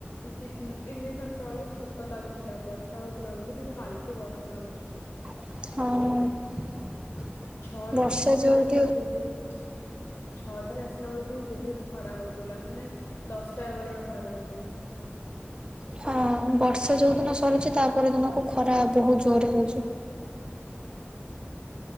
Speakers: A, on the left (about 50°); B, on the right (about 20°).
A: ଦି ତିନି ଦିନ ତଳେ ଶୀତ ଲାଗୁଥିଲା ବର୍ଷା ହଉଥିଲା ବୋଲି କିନ୍ତୁ କାଲିଠୁ ଗରମ ଲାଗୁଚି।
B: ହଁ।
A: ଛଅଟାରେ
B: ବର୍ଷା
A: ଆସିଲା
B: ଯୋଉଠି
A: ବେଳୁକୁ ବି ବୋହୁତ ଛଅଟାରେ ଆସିଲା ବେଳକୁ ବି ବହୁତ ଖରା ହଉଥିଲା ମାନେ ଦଶଟା ଭଳିଆ ଖରା ହଉ ତିଲା।
B: ହ <unintelligible> ହଁ ବର୍ଷା ଯୋଉ ଦିନ ସରୁଚି ତାପର ଦିନକୁ ଖରା ବହୁତ ଜୋରେ ହଉଚି। <inaudible>